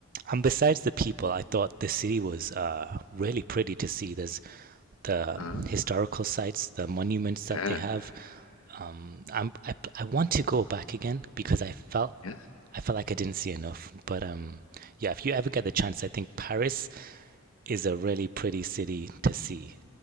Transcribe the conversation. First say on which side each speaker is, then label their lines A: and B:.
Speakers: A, on the right; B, on the left.
A: And besides the people, I thought the city was uh, really pretty to see. There's the um,
B: Huh?
A: historical sites, the monuments that
B: Yeah.
A: they have. Um, I'm, I, I want to go back again because I felt
B: Yes.
A: I felt like I didn't see enough. But um, yeah, if you ever get the chance, I think Paris is a really pretty city to see.